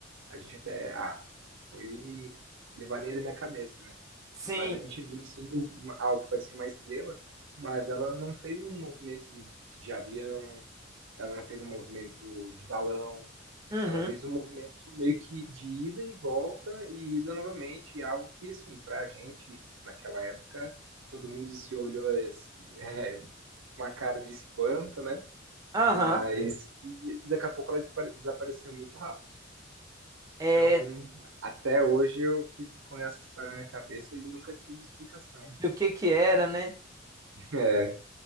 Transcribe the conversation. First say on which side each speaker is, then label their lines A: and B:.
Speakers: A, on the right; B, on the right.
A: a gente até, ah, foi devaneio da minha cabeça, né?
B: sim,
A: Mas a gente viu sim uma- algo que parecia uma estrela, mas ela não fez um movimento de avião, ela não fez um movimento de balão,
B: uhum,
A: ela fez um movimento meio que de ida e volta e ida novamente, e algo que, assim, pra gente, naquela época, todo mundo se olhou assim, é, com uma cara de espanto, né?
B: aham,
A: Mas e daqui a pouco ela despa- desapareceu muito rápido.
B: é,
A: Então, até hoje eu fico com essa história na minha cabeça e nunca tive explicação.
B: de o que que era, né?
A: É.